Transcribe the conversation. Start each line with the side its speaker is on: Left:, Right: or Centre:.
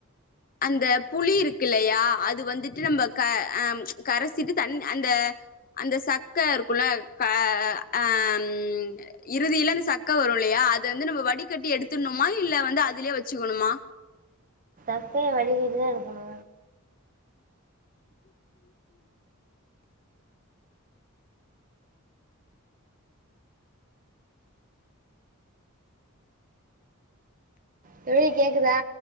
Left: அந்த புளி இருக்குல்லயா அது வந்துட்டு நம்ம க அ கரசிட்டு தன் அந்த அந்த சக்க இருக்குல்ல க அ ம் இறுதில அந்த சக்க வருல்லயா அத வந்து நம்ம வடிகட்டி எடுத்துட்ணுமா இல்ல வந்து அதுலயே வச்சுக்கணுமா
Right: சக்கய வடிகட்டி தா எடுக்கணு தோழி கேக்குதா